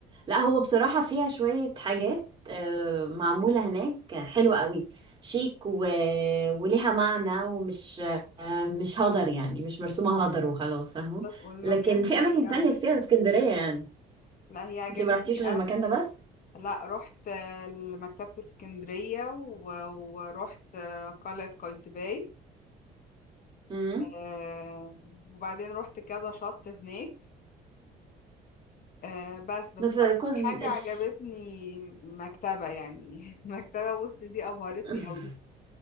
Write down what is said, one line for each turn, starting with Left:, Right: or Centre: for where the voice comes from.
Right: لا هو بصراحة فيها شوية حاجات آه، معمولة هناك حلوة قوي شيك و... وليها معنى ومش آه، مش هدر يعني مش مرسومة هدر وخلاص فاهمة
Left: بالظبط والمكان
Right: لكن في
Left: هادي
Right: أماكن
Left: قوي
Right: تانية كتير في اسكندرية يعني
Left: لا هي عجبتني
Right: انت ما رحتيش غير
Left: قوي
Right: المكان ده بس
Left: لا رحت آه، لمكتبه اسكندريه و- ورحت آه، قلعه قايتباي
Right: امم
Left: آه، وبعدين رحت كذا شط هناك آه، بس بس
Right: بس
Left: اكتر
Right: كن
Left: حاجة
Right: الش...
Left: عجبتني مكتبة يعني <laughs> مكتبة بصي دي ابهرتني
Right: <laughs>
Left: قوي